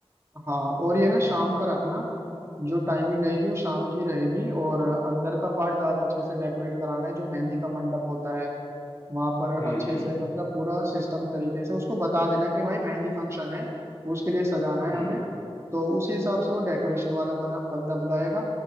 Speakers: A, on the right; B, on the left.
A: हाँ और ये ना शाम का रखना जो टाइमिंग रहेगी वो शाम की रहेगी और अंदर का पार्ट ज्यादा अच्छे से डेकोरेट कराना है जो मेहंदी का मंडप होता है वहां पर अच्छे
B: हम्म हम्म
A: से मतलब पूरा सिस्टम तरीके से उसको बता देना कि भाई मेहंदी फंक्शन है उसके लिए सजाना है
B: हम्म
A: हमें तो उसी हिसाब से वो डेकोरेशन वाला बना बंदा बुलाएगा